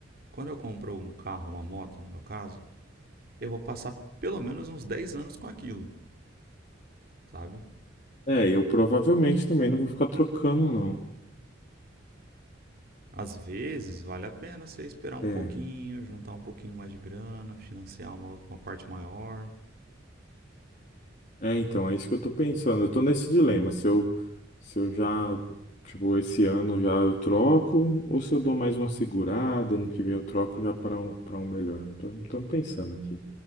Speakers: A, on the right (about 55°); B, on the left (about 40°).
A: quando eu compro um carro, uma moto, no meu caso, eu vou passar pelo menos uns 10 anos com aquilo, sabe?
B: É, eu provavelmente
A: Eu-
B: também não vou ficar trocando, não.
A: Às vezes vale a pena você esperar um
B: É,
A: pouquinho, juntar um pouquinho mais de grana, financiar uma, uma parte maior.
B: é, então, é isso que eu tô pensando. Eu tô nesse dilema, se eu, se eu já, tipo, esse ano já eu troco, ou se eu dou mais uma segurada, ano que vem eu troco já para um, para um melhor. Tô, tô pensando aqui.